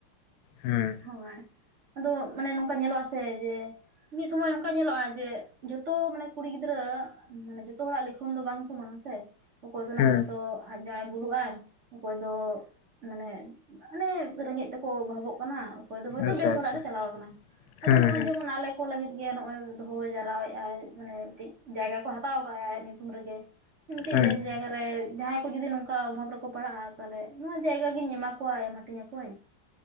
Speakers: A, on the left; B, on the right.
A: ᱦᱩᱸ
B: ᱦᱳᱭ᱾ ᱟᱫᱚ ᱢᱟᱱᱮ ᱱᱚᱝᱠᱟ ᱧᱮᱞᱚᱜ ᱟᱥᱮ ᱡᱮ ᱢᱤᱫ ᱥᱚᱢᱚᱭ ᱚᱱᱠᱟ ᱧᱮᱞᱚᱜ-ᱟ ᱡᱮ ᱡᱚᱛᱚ ᱢᱟᱱᱮ ᱠᱩᱲᱤ ᱜᱤᱫᱽᱨᱟᱹ ᱢᱟᱱᱮ ᱡᱚᱛᱚ ᱦᱚᱲᱟᱜ ᱞᱤᱠᱷᱚᱱ ᱫᱚ ᱵᱟᱝ ᱥᱚᱢᱟᱱᱟ ᱥᱮ ᱾ ᱚᱠᱚᱭ ᱫᱚ ᱱᱟᱦᱟᱜ
A: ᱦᱩᱸ
B: ᱦᱚᱭᱛᱚ ᱟᱡ ᱡᱟᱣᱟᱭ ᱵᱩᱞᱩ ᱟᱭ ᱚᱠᱚᱭ ᱫᱚ ᱢᱟᱱᱮ ᱚᱱᱮ ᱨᱮᱸᱜᱮᱡ ᱛᱮᱠᱚ ᱚᱵᱷᱟᱵᱚᱜ ᱠᱟᱱᱟ᱾ ᱚᱠᱚᱭ ᱫᱚ ᱦᱳᱭᱛᱚ
A: ᱟᱪᱪᱷᱟ
B: ᱵᱮᱥ ᱚᱲᱟᱜ
A: ᱟᱪᱪᱷᱟ
B: ᱨᱮ ᱪᱟᱞᱟᱣ ᱟᱠᱟᱱᱟᱭ ᱟᱫᱚ
A: ᱦᱩᱸ
B: ᱱᱚ-ᱚᱭ
A: ᱦᱩᱸ
B: ᱡᱮᱢᱚᱱ ᱟᱞᱮ, <unintelligible> ᱞᱟᱹᱜᱤᱫ ᱜᱮ ᱱᱚᱜ-ᱚᱭ ᱫᱚᱦᱚ ᱡᱟᱣᱨᱟ ᱭᱮᱟᱭ ᱢᱟᱱᱮ ᱢᱤᱴᱤᱡ ᱡᱟᱭᱜᱟ ᱠᱚ ᱦᱟᱛᱟᱣ ᱟᱠᱟᱫ ᱟᱭ ᱟᱭᱟᱜ ᱧᱩᱛᱩᱢ ᱨᱮᱜᱮ᱾ ᱢᱤᱴᱮᱡ
A: ᱦᱩᱸ
B: ᱵᱮᱥ ᱡᱟᱭᱜᱟᱨᱮ ᱡᱟᱦᱟᱸᱭ ᱠᱚ ᱡᱩᱫᱤ ᱱᱚᱝᱠᱟ ᱚᱵᱷᱟᱵ ᱨᱮᱠᱚ ᱯᱟᱲᱟᱜ-ᱟ ᱛᱟᱦᱚᱞᱮ ᱱᱚᱣᱟ ᱡᱟᱭᱜᱟ ᱜᱤᱧ ᱮᱢᱟ ᱠᱚᱣᱟ ᱮᱢ ᱦᱟᱹᱴᱤᱧ ᱟᱠᱚᱣᱤᱧ